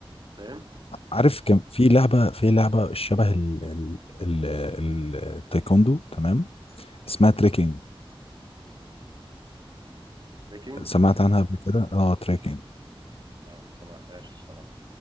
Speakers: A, on the right; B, on the left.
A: فاهم؟
B: عارف كان في لعبة في لعبة شبه ال ال ال ال- التايكوندو تمام اسمها تريكنج
A: ريكينج
B: سمعت عنها قبل كده اه تريكنج
A: لا ما سمعتهاش الصراحة